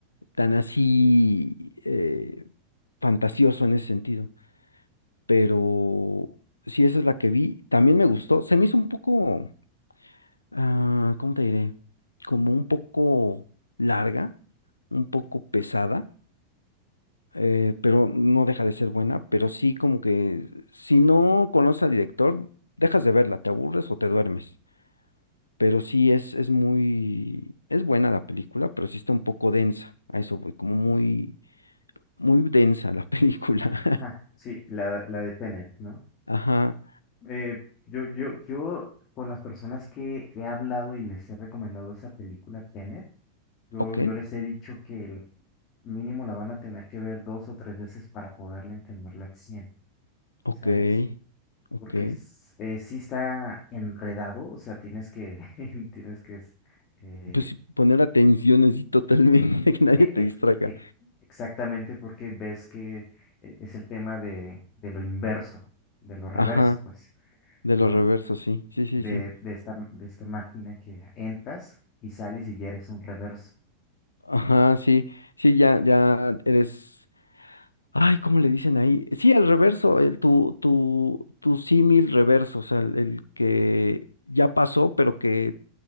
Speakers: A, on the left (about 80°); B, on the left (about 35°).
A: Tan así eh, fantasioso en ese sentido, pero sí, esa es la que vi, también me gustó, se me hizo un poco... ah, ¿cómo te diré? Como un poco larga, un poco pesada, eh, pero no deja de ser buena, pero sí como que si no conoces al director, dejas de verla, te aburres o te duermes. Pero sí es, es muy, es buena la película, pero sí está un poco densa, a eso voy, como muy, muy densa la película.
B: Ah, sí, la, la de Tenet, ¿no?
A: <laughs> Ajá,
B: Eh, yo, yo, yo, con las personas que he hablado y les he recomendado esa película Tenet, yo,
A: ok,
B: yo les he dicho que el mínimo la van a tener que ver dos o tres veces para poderle entenderla al 100,
A: ok,
B: ¿sabes?
A: ok.
B: Porque s- eh, sí está enredado, o sea, tienes que, <laughs> tienes que s- eh,
A: Pues sí, poner atención así totalmente,
B: Ex-
A: <laughs> que nadie
B: e-
A: te
B: ex-
A: distraiga.
B: ex- Exactamente porque ves que eh, es el tema de, de lo inverso, de lo reverso,
A: Ajá.
B: pues,
A: De
B: ¿no?
A: los reversos, sí, sí, sí,
B: De,
A: sí.
B: de esta, de esta máquina que entras y sales y ya eres un reverso.
A: Ajá, sí, sí, ya, ya eres. Ay, ¿cómo le dicen ahí? Sí, el reverso, el, tu, tu, tu símil reverso, o sea, el, el que ya pasó, pero que